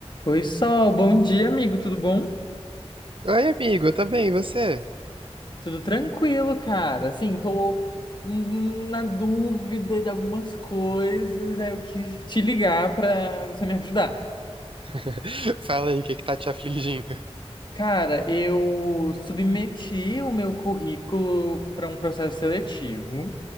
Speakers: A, on the left; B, on the right.
A: Oi, Sol, bom dia, amigo, tudo bom?
B: Oi, amigo, tá bem, e você?
A: Tudo tranquilo, cara. Assim, tô hum, na dúvida de algumas coisas, aí eu quis te ligar pra você me ajudar.
B: <laughs> Fala aí, o que que tá te afligindo?
A: Cara, eu submeti o meu currículo para um processo seletivo.